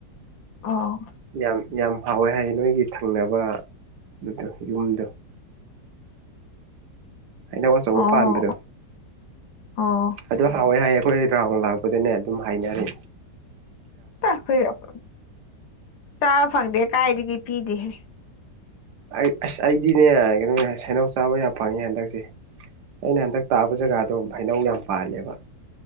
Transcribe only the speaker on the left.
ꯑꯣ
ꯑꯣ
ꯑꯣ
<unintelligible> ꯆꯥꯕ ꯐꯪꯗꯦ ꯀꯥꯏꯗꯒꯤ ꯄꯤꯗꯦꯍꯦ